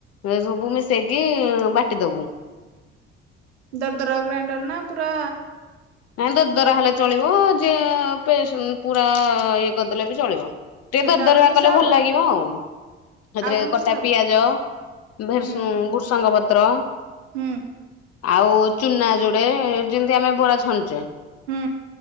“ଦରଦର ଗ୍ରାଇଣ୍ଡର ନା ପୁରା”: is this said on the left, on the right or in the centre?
Right